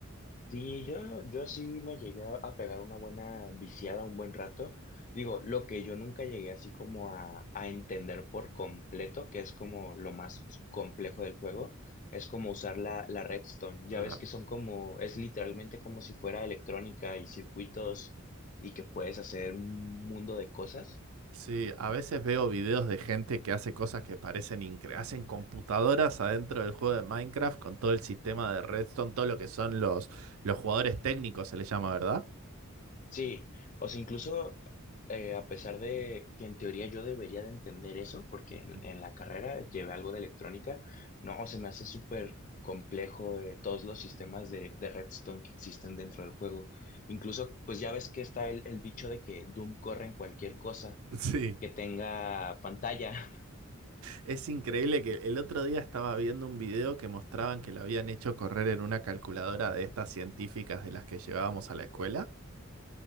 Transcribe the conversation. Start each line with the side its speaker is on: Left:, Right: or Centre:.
Left: Sí, yo, yo sí me llegué a a pegar una buena viciada un buen rato. Digo, lo que yo nunca llegué así como a, a entender por completo, que es como lo más complejo del juego, es como usar la, la redstone. Ya
Right: vos.
Left: ves que son como, es literalmente como si fuera electrónica y circuitos y que puedes hacer un mundo de cosas.
Right: Sí, a veces veo videos de gente que hace cosas que parecen incre- hacen computadoras adentro del juego de Minecraft con todo el sistema de Redstone, todo lo que son los, los jugadores técnicos, se les llama, ¿verdad?
Left: Sí, o sea, incluso eh, a pesar de que en teoría yo debería de entender eso, porque en,
Right: <laughs>
Left: en la carrera llevé algo de electrónica, no, se me hace súper complejo eh, todos los sistemas de, de Redstone que existen dentro del juego. Incluso, pues ya ves que está el, el dicho de que Doom corre en cualquier cosa
Right: Sí.
Left: que tenga pantalla. <laughs>
Right: Es increíble que el otro día estaba viendo un video que mostraban que lo habían hecho correr en una calculadora de estas científicas de las que llevábamos a la escuela.